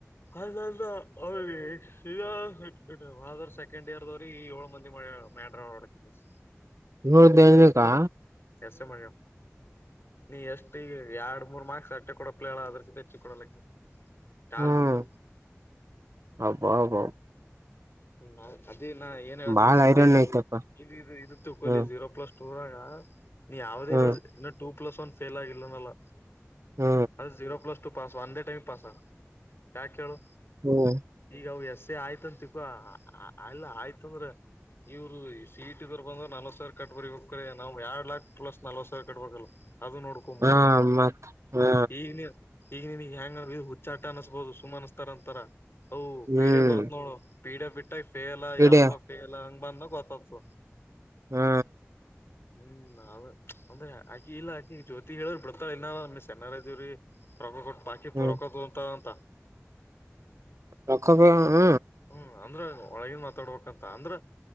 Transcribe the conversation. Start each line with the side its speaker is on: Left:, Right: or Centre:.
Left: ಅದ ಅದ ಅವ್ರಗ <unintelligible> ಹೋದವರ್ಷ್ ಸೆಕೆಂಡ್ ಇಯರ್ದವ್ರಿಗಿ ಏಳ್ ಮಂದಿಗಿ ಮಾಡ್ಯಾಳ ಮಡ್ರಾಳ್ ನೊಡ್ ಮಿಸ್
Right: ಮೂರ್ ದಿಸುಕ್ಕಾ
Left: ಎಸ್ ಎ ಮಳ ನೀ ಎಷ್ಟು ಈಗ ಎರಡ್ ಮೂರ್ ಮಾರ್ಕ್ಸ್ ಅಷ್ಟೇ ಕೊಡಪ್ಲೆಳ ಅದ್ರ ಕಿತ ಹೆಚ್ಚಿ ಕೊಡಲಕ್ಕಿ ಕಾಲ್
Right: ಹ್ಮ್
Left: ಬಿದ್ರು
Right: ಅಬ್ಬ ಅಬ್ಬಬಾ
Left: ಹ ಅದೇ ನಾ ಏನ್ಹೇಳತ್ಈನ್
Right: ಬಾಳ
Left: ಸಿದ್ದೇಶ್
Right: ಐರನ್
Left: <unintelligible>
Right: ಐತಪ್ಪ
Left: ಆಯ್ತು ಇದ್ ಇದ್ ಇದು ತಿಕೊಲೆ
Right: ಹ್ಮ್
Left: ಜೀರೋ ಪ್ಲಸ್ ಊರಾಗ ನೀ ಯಾವ್ದೇ
Right: ಹ್ಮ್
Left: ಇನ ಇನ್ನ ಟೂ ಪ್ಲಸ್ ಒನ್ ಫೇಲ್ ಆಗಿಲ್ಲನಲ್ಲ
Right: ಹ್ಮ
Left: ಅದುಝೀರೋ ಪ್ಲಸ್ ಟು ಪಾಸ್ ಒಂದೇ ಟೈಮ್ ಪಾಸ್ ಯಾಕೆ ಹೇಳು
Right: ಹ್ಮ್
Left: ಈಗ ಅವ್ ಎಸ್ಸೇ ಆಯ್ತಂತ ತಿಕ್ಕೋ ಆಲ್ಲ ಆಯ್ತುಂದ್ರ ಇವ್ರು ಸೀಇಟಿ ದೊರ್ ಬಂದ್ರ್ ನಲ್ವತ್ ಸಾರ ಕಟ್ಬರಿಬೇಕ್ಕರೆ ನಾವ್ ಎರಡ್ ಲಾಕ್ಸ್ ಪ್ಲಸ್ ನಲ್ವತ್ ಸಾರ ಕಟ್ಬಕಲ್ಲ. ಅದು ನೋಡ್ಕೊಮೊದ್ಲ
Right: ಹಾ ಮತ್ ಹಾ
Left: ಈಗ ಈಗ ನಿನಗ್ ಹೆಂಗ ಇದ್ ಹುಚ್ಚಾಟ ಅನಸ್ಬೋದು ಸುಮ್ ಅನಸ್ತಾರಂತಾರ ಅವು
Right: ಹ್ಮ್
Left: ಪೀಡೆ ಬರ್ತ್ ನೋಡು ಪೀಡಿಎಪ್ ಬಿಟ್ಟಗಾ ಫೇಲ್ ಯಪ್ಪಾ
Right: ಇಡಿಯ
Left: ಫೇಲ್ ಹಂಗ ಬಂದ ಗೊತ್ತಾತದ್
Right: ಹಾ
Left: ಹುಂ ನಾವ್ ಅಂದ್ರೆ ಆಕಿ ಇಲ್ಲಾ ಆಕಿ ಜ್ಯೋತಿ ಹೇಳಿದ್ರ ಬಿಡ್ತಾಳ ಇನ್ನಾ ಸಣ್ಣಾರ ಅದ್ದಿವ್ರೀ ರೊಕ್ಕ ಕೊಟ್ಟು ಪಾಕಿತ್ತು
Right: ಹ್ಮ್
Left: ರೊಕ್ಕ ತೋಗೋತಾಳಂತ
Right: ರೊಕ್ಕಾ ಬಿಡಲಾ ಹ
Left: ಹು ಅಂದ್ರ ಒಳಗಿ ನ್ ಮಾತಾಡ್ಬೇಕಂತ ಅಂದ್ರ